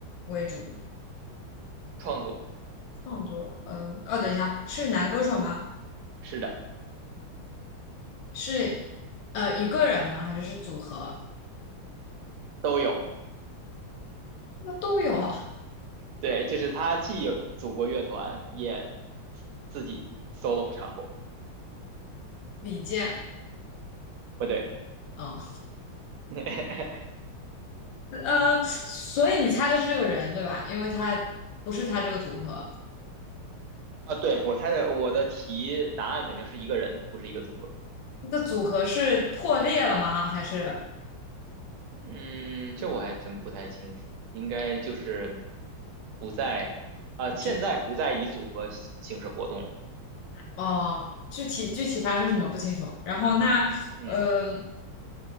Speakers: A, on the left (about 75°); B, on the right (about 80°).
A: 为主？
B: 创作。
A: 创作，嗯，哦，等一下，是男歌手吗？
B: 是的，
A: 是呃一个人吗？还是是组合？
B: 都有。
A: 那都有啊。
B: 对，就是他既有组过乐团，也自己 solo 唱过。
A: 李健，
B: 不对，
A: 嗯，
B: <laughs>
A: 呃，所以你猜的是这个人对吧？因为他不是他这个组合，
B: 啊，对我猜的，我的题答案肯定是一个人，不是一个组合。
A: 这个组合是破裂了吗？还是
B: 嗯，这我还真不太清楚，应该就是不在，呃，
A: 不知？
B: 现在不再以组合形形式活动了。
A: 哦，具体具体发生什么不清楚。然后那，
B: 嗯，
A: 嗯、